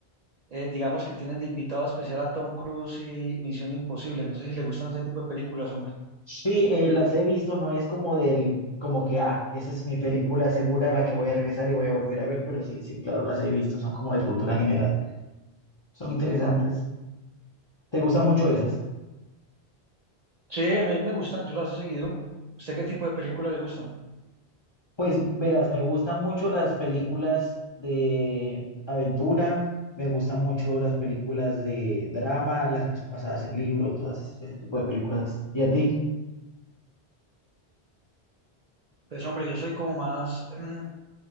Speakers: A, on the right; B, on the left.
A: eh, digamos, que tienen de invitado especial a Tom Cruise y Misión Imposible. No sé si le gustan ese tipo de películas, hombre.
B: sí, eh, las he visto, no es como del, como que, ah, esa es mi película segura a la que voy a regresar y voy a volver a ver, pero sí, sí, claro, las he visto, son como de cultura general. Son interesantes. ¿Te gustan mucho esas?
A: Sí, a mí me gustan, yo las he seguido. ¿Usted qué tipo de películas le gustan?
B: Pues verás, me gustan mucho las películas de aventura, me gustan mucho las películas de drama, las que son basadas en libros, todas ese ese tipo de películas. así. ¿Y a ti?
A: Pues, hombre, yo soy como más, mm,